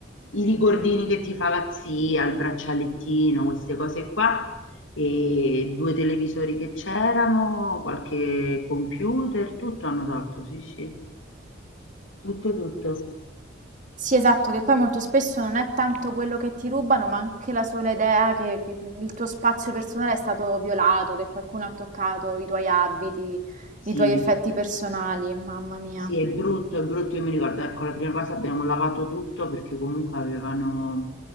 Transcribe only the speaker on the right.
Sì, esatto, che poi molto spesso non è tanto quello che ti rubano, ma anche la sola idea che, che il tuo spazio personale è stato violato, che qualcuno ha toccato i tuoi abiti,
i tuoi effetti personali, mamma mia.